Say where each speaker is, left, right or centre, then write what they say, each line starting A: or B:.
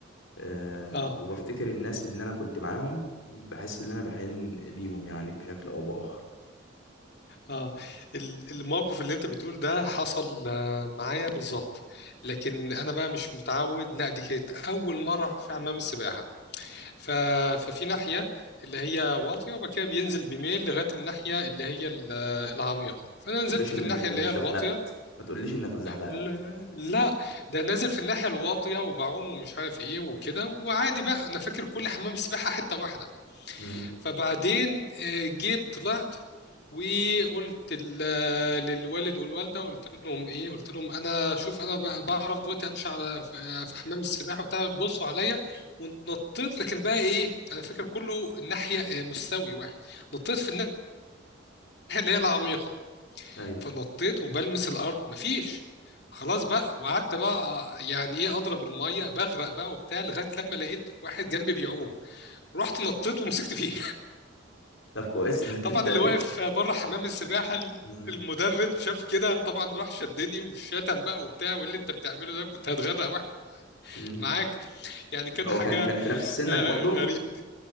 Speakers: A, on the left; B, on the left.
A: آه،
B: آه
A: وبفتكر الناس اللي انا كنت معاهم بحس ان انا بحن ليهم يعني بشكل او باخر
B: آه ال- الموقف اللي أنت بتقول ده حصل آه، معايا بالظبط لكن أنا بقى مش متعود لا دي كانت أول مرة في حمام السباحة ف... ففي ناحية اللي هي واطية وبعد كده بينزل بميل لغاية الناحية اللي هي ال- العميقة فأنا نزلت
A: ما تقوليش
B: في
A: انك
B: الناحية
A: انت
B: اللي هي
A: زحلقت
B: الواطية
A: ما تقوليش انك اتزحلقت
B: لا لا، ده نازل في الناحية الواطية وبعوم ومش عارف ايه وكده وعادي بقى أنا فاكر كل حمام سباحة حتة واحدة
A: امم
B: فبعدين آه، جيت طلعت وقلت ال- للوالد والوالده قلت لهم ايه قلت لهم انا شوف انا ب- بعرف دلوقتي امشي على في في حمام السباحه وبتاع بصوا عليا ونطيت لكن بقى ايه انا فاكر كله ناحيه آه، مستوي واحد نطيت في الناحيه اللي هي العميقه
A: ايوه
B: فنطيت وبلمس الارض مفيش خلاص بقى وقعدت بقى آه، يعني ايه اضرب الميه بغرق بقى وبتاع لغايه لما لقيت واحد جنبي بيعوم رحت نطيت ومسكت فيه
A: طب كويس انك
B: طبعا
A: انت
B: اللي
A: لقيت
B: واقف بره حمام السباحه
A: امم
B: المدرب شاف كده طبعا راح شدني والشتم بقى وبتاع وايه اللي انت بتعمله ده كنت هتغرق واحد
A: امم
B: معاك يعني كان
A: هو
B: حاجه
A: كان كان في نفس سنك
B: آه،
A: برضو
B: غريبه دي.